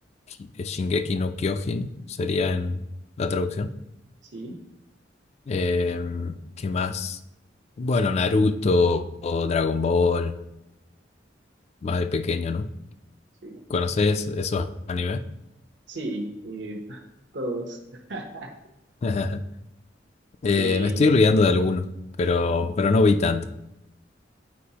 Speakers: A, on the left; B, on the right.
A: Ki- eh, Shingeki no Kyojin, sería en la traducción.
B: Sí,
A: Eh, ¿qué más? Bueno, Naruto o Dragon Ball, más de pequeño, ¿no?
B: sí,
A: ¿Conoces esos animes?
B: sí, eh, <laughs> todos. <laughs>
A: <laughs> Eh,
B: Eh,
A: me estoy olvidando de alguno, pero, pero no vi tanto.